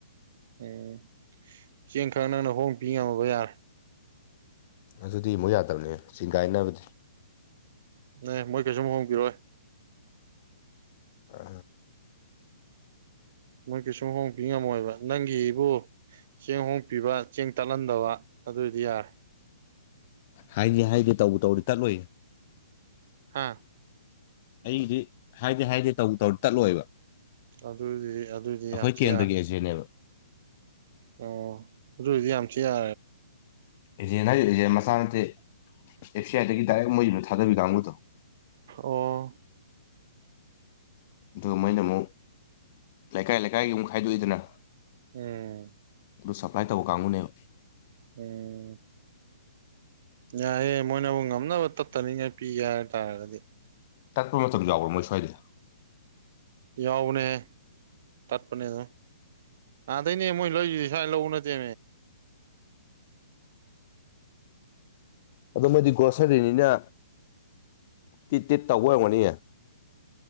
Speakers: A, on the right (about 50°); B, on the left (about 40°).
A: ꯎꯝ ꯆꯦꯡ ꯈꯔ ꯅꯪꯅ ꯍꯣꯡ ꯄꯤ ꯉꯝꯃꯕ ꯌꯥꯔꯦ
B: ꯑꯗꯨꯗꯤ ꯑꯃꯨꯛ ꯌꯥꯗꯕꯅꯦ ꯆꯤꯡꯒꯥꯏꯅꯕꯗꯤ
A: ꯑꯦ ꯃꯣꯏ ꯀꯩꯁꯨꯨꯝꯨ ꯍꯣꯡꯕꯤꯔꯛꯣꯏ
B: ꯑ
A: ꯃꯣꯏ ꯀꯩꯁꯨꯝ ꯍꯣꯡꯕꯤ ꯉꯝꯃꯣꯏꯕ ꯅꯪꯒꯤꯕꯨ ꯆꯦꯡ ꯍꯣꯡꯄꯤꯕ ꯆꯦꯡ ꯇꯥꯛꯍꯟꯗꯕ ꯑꯗꯨꯏꯗꯤ ꯌꯥꯔꯦ
B: ꯍꯥꯏꯒꯦ ꯍꯥꯏꯒꯦ ꯇꯧꯕ ꯇꯧꯔꯤ ꯇꯠꯂꯨꯏ
A: ꯍꯥꯥ
B: ꯑꯩꯗꯤ ꯍꯥꯏꯗꯤꯦ ꯍꯥꯏꯗꯤꯦ ꯇꯧ ꯇꯧ ꯇꯠꯂꯣꯏꯕ
A: ꯑꯗꯨꯗꯤ ꯑꯗꯨꯗꯤ
B: ꯑꯩꯈꯣꯏ
A: ꯌꯥꯝ ꯊꯤꯌꯥ
B: ꯀꯦꯟꯗ꯭ꯔꯒꯤ ꯑꯦꯖꯦꯟꯅꯦꯕ
A: ꯑꯣ ꯔꯨꯖꯤ ꯑꯁꯤ ꯌꯥ
B: ꯏꯖꯦꯅ ꯍꯥꯏ ꯏꯖꯦ ꯃꯁꯆꯥ ꯅꯠꯇꯦ ꯑꯦꯐ ꯁꯤ ꯑꯥꯏꯗꯒꯤ ꯗꯥꯏꯔꯦꯛ ꯃꯣꯏꯕ ꯅꯠꯇꯦ ꯁꯥꯗ ꯂꯥꯡꯃꯣꯗ
A: ꯑꯣ
B: ꯑ ꯃꯣꯏꯅ ꯑꯃꯨꯛ ꯂꯩꯀꯥꯏ ꯂꯩꯀꯥꯏꯒꯤ ꯑꯃꯨꯛ ꯈꯥꯏꯗꯣꯛꯏꯗꯅ
A: ꯎꯝ
B: ꯑꯗꯨ ꯁꯞꯄ꯭ꯂꯥꯏ ꯇꯧꯕ ꯀꯥꯡꯕꯨꯅꯦꯕ
A: ꯎꯝ ꯌꯥꯏꯑꯦ ꯃꯣꯏꯅꯕꯨ ꯉꯝꯅꯕ ꯇꯠꯇꯅꯤꯡꯉꯥꯏ ꯄꯤꯒꯦ ꯍꯥꯏ ꯇꯥꯔꯒꯗꯤ
B: ꯇ ꯄ ꯃ ꯃꯇꯝ ꯌꯥꯕꯔ ꯃꯣꯏꯁ ꯍꯥꯏꯗ
A: ꯌꯥꯎꯅꯦ ꯇꯠꯄꯅꯤ ꯑꯗꯨ ꯑꯥꯗꯩꯅꯦ ꯃꯣꯏ ꯂ ꯁꯥꯏ ꯂꯧꯕ ꯅꯠꯇꯦ
B: ꯑꯗꯨ ꯃꯣꯏꯗꯤ ꯒ꯭ꯔꯣꯁꯔꯤꯅꯤꯅ ꯇꯤꯠ ꯇꯤꯠ ꯇꯧꯕ ꯑꯣꯏꯔꯝꯒꯅꯤꯌꯦ